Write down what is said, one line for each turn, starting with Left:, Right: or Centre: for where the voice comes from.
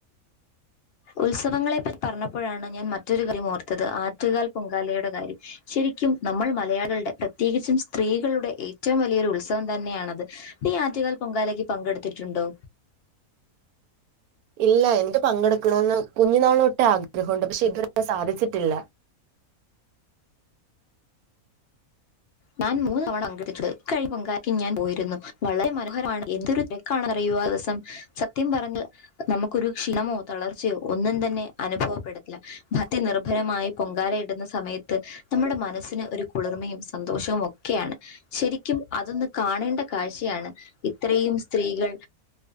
Left: ഉത്സവങ്ങളെപ്പറ്റി പറഞ്ഞപ്പോഴാണ് ഞാൻ മറ്റൊരു കാര്യം ഓർത്തത് ആറ്റുകാൽ പൊങ്കാലയുടെ കാര്യം ശരിക്കും നമ്മൾ മലയാളികളുടെ പ്രത്യേകിച്ചും സ്ത്രീകളുടെ ഏറ്റവും വലിയൊരു ഉത്സവം തന്നെയാണത് നീ ആറ്റുകാൽ പൊങ്കാലക്ക് പങ്കെടുത്തിട്ടുണ്ടോ?
Right: ഇല്ല എനിക്ക് പങ്കെടുക്കണന്ന് കുഞ്ഞുനാളൊട്ടെ ആഗ്രഹണ്ട് പക്ഷെ ഇതുവരെ സാധിച്ചിട്ടില്ല
Left: ഞാൻ മൂന്ന് തവണ പങ്കെടുത് കഴി പൊങ്കാലക്ക് ഞാൻ പോയിരുന്നു വളരെ മനോഹരമാണ് എന്തൊരു തെരക്കാണ് അറിയോ ആ ദിവസം സത്യം പറഞ്ഞ നമുക്കൊരു ക്ഷീണമോ തളർച്ചയോ ഒന്നും തന്നെ അനുഭവപ്പെടുത്തില്ല ഭക്തി നിർഭരമായി പൊങ്കാല ഇടുന്ന സമയത്ത് നമ്മുടെ മനസ്സിന് ഒരു കുളിർമയും സന്തോഷം ഒക്കെയാണ് ശരിക്കും അതൊന്ന് കാണേണ്ട കാഴ്ചയാണ്. ഇത്രയും സ്ത്രീകൾ